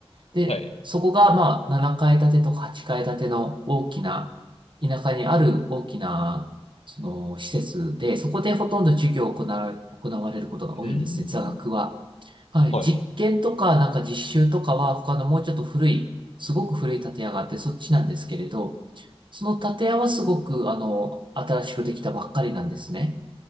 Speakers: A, on the right; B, on the left.
A: で、
B: はい。
A: そこが、まあ、7階建てとか8階建ての大きな、田舎にある大きな、その、施設で、そこでほとんど授業を行わ、行われることが多いんですね、
B: うーん。
A: 座学は。はい。
B: はい。
A: 実験とか、なんか実習とかは、他のもうちょっと古い、すごく古い建屋があって、そっちなんですけれど、その建屋はすごく、あの、新しくできたばっかりなんですね。